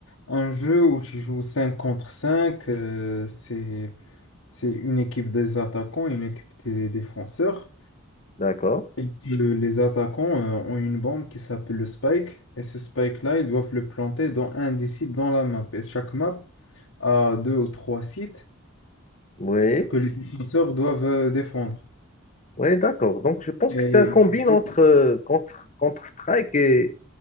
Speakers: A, on the left; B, on the left.
A: un jeu où tu joues 5 contre 5 euh, c'est c'est une équipe des attaquants, une équipe des défenseurs.
B: D'accord?
A: Et que les attaquants euh, ont une bombe qui s'appelle le spike. Et ce spike-là, ils doivent le planter dans un des sites dans la map. Et chaque map a deux ou trois sites
B: Oui,
A: que les défenseurs doivent euh, défendre.
B: oui, d'accord. Donc, je pense
A: Et
B: que c'est un combine
A: tu sais,
B: entre euh, Contre- Counter-Strike et